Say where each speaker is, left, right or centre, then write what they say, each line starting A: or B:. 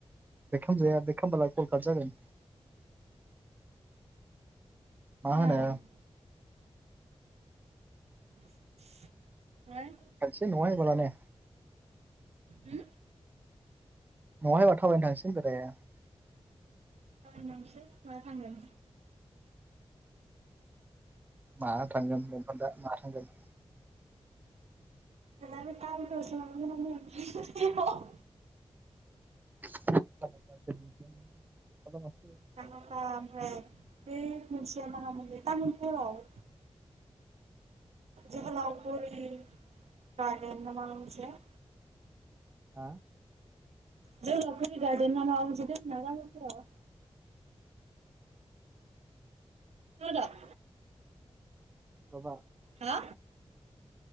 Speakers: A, on the right; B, on the right.
A: बेग खामजाया बे खामबालाय कल काट जागोन मा होनो
B: ओमफ्राय <unintelligible>
A: सि नङा इसबालानो
B: उम
A: <unintelligible>
B: गाबोन नोंसो मायाव थांगोन
A: माहा थांगोन बेखौ दा माहा थांगोन
B: मिथिया दा गाबोनफोरावसो मोनाव फैगोन
A: <inaudible>
B: सामाखा ओमफ्राय बै मोनसेया माहामोनलाय तामुलपुराव जोहोलावफुरि गारदेना मामोन मोनसेया
A: हा
B: जोहोलावफुरि गारदेना मा मोनसे दोंङो तामुलपुराव खोनाद'
A: माबा
B: हो